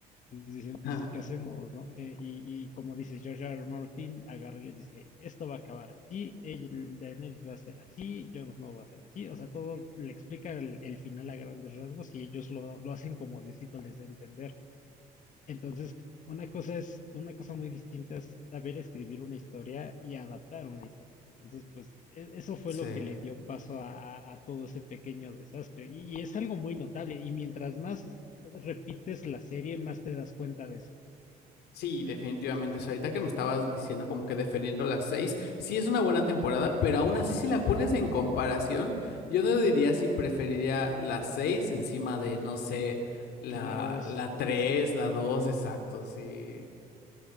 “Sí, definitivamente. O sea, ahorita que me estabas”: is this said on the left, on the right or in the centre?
Left